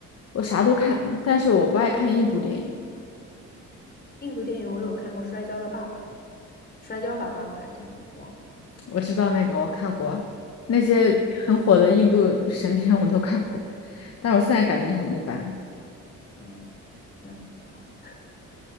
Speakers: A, on the left (about 55°); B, on the left (about 35°).
A: 我啥都看，但是我不爱看印度电影。
B: 印度电影我有看过《摔跤的爸爸》，摔跤吧爸爸还是叫什么忘了。
A: 我知道那个我看过，那些很火的印度神片我都看过，
B: 嗯
A: 但我现在感觉很一般。
B: 嗯，那好，